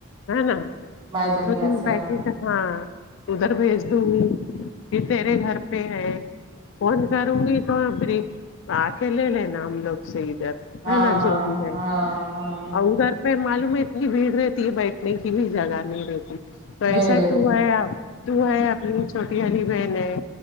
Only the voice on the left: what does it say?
ہاں نا
دو
تین پاکیٹ
ہاں ادھر بھیج دونگی یہ تیرے گھر پہ ہے فون کرونگی <unintelligible> آ کے لے لینا ہم لوگ سے ادھر
ہے نا
جو بھی ہے
اور ادھر پھر معلوم ہے اتنی بھیڑ رہتی ہے بیٹھنے کی بھی جگہ نہیں رہتی تو ایسا
تو ہے اب تو ہے اپنی چھوٹی والی بہن ہے